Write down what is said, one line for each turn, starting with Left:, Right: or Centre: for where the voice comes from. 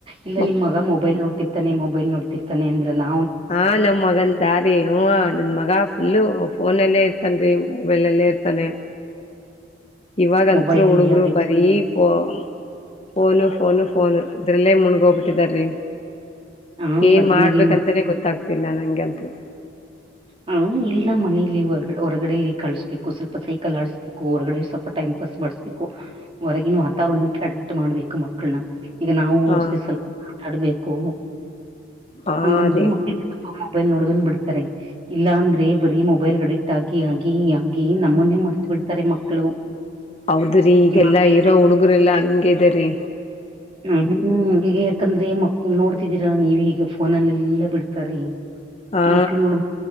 Right: ಇಲ್ಲ
Left: ಮಕ್
Right: ನಿಮ್ಮ ಮಗ ಮೊಬೈಲ್ ನೋಡ್ತಿರ್ತಾನೆ ಮೊಬೈಲ್ ನೋಡ್ತಿರ್ತಾನೆ ಅಂದ್ರಲ್ಲಾ.
Left: ಹಾ ನಮ್ ಮಗನ್ ಯಾರಿ ಹುನ್ ನನ್ ಮಗ ಫುಲ್ಲು ಫೋನಲ್ಲೇ ಇರ್ತಾನ ರಿ ಮೊಬೈಲ್ ಅಲ್ಲೇ ಇರ್ತಾನೆ. ಇವಾಗಂತ್ರು
Right: ಮೊಬೈಲಲ್ಲಿ
Left: ಹುಡುಗ್ರು
Right: ಅಡಿ
Left: ಬರೀ ಫೋ ಫೋನು ಫೋನು ಫೋನು ಇದ್ರಲ್ಲೇ ಮುಣಗೋಗ್ಬಿಟ್ಟಿದಾರಿ
Right: ಹಾ
Left: ಏನ್
Right: ಅದ್ನೇ
Left: ಮಾಡ್ಬೇಕಂತಾನೇ
Right: ರೀ ಮಕ್ಳು
Left: ಗೊತ್ತಾಗ್ತಿಲ್ಲ ನನ್ಗಂತೂ.
Right: ಹ ಇಲ್ಲ ಮನಲಿ ಹೊ ಹೊರಗಡೆ ಲ ಕಳಸ್ಬೇಕು ಸ್ವಲ್ಪ ಸೈಕಲ್ ಆಡಸ್ ಬೇಕ್ ಹೊರಗಡೆ ಸ್ವಲ್ಪ ಟೈಮ್ ಪಾಸ್ ಮಾಡ್ಸಬೇಕು. ಹೊರಗಿನ ವಾತಾವರಣ ಕೆಡೆಗಟ್ಟು ಮಾಡ್ಬೇಕು ಮಕ್ಕಳನ ಈಗ ನಾವು ಅವ್ರ
Left: ಹಾ
Right: ಜೊತೆ ಸ್ವಲ್ಪ ಆಡ್ಬೇಕು
Left: ಹಾ
Right: ಹಂಗಂದ್ರೆ
Left: ರೀ
Right: ಮಕ್ಳ ಮೊಬೈಲ್ ನೋಡದನ್ನ ಬಿಡ್ತಾರೆ ಇಲ್ಲ ಅಂದ್ರೆ ಬರೀ ಮೊಬೈಲ್ ಅಡಿಕ್ಟ್ ಆಗಿ ಆಗಿ ಹಂಗೆ ನಮ್ಮನ್ನೇ ಮರ್ತ ಬಿಡ್ತಾರೆ ಮಕ್ಕಳು.
Left: ಹೌದ್ರೀ ಈಗೆಲ್ಲಾ
Right: ಇವಾಗ ಬೇರೆ.
Left: ಇರೋ ಹುಡುಗರೆ ಎಲ್ಲಾ ಹಂಗೆ ಇದ್ದಾರಿ.
Right: ಹ್ಮ್ಮ್ ಯಾಕಂದ್ರೆ ಮಕ್ಕಳ್ ನೋಡ್ತಿದ್ದೀರಾ ನೀವೆ ಈಗೆಲ್ ಫೋನ್ನಲ್ಲಾ ಬಿಡ್ತಾರೆ
Left: ಹಾ
Right: ಮಕ್ಳ ನೋಡ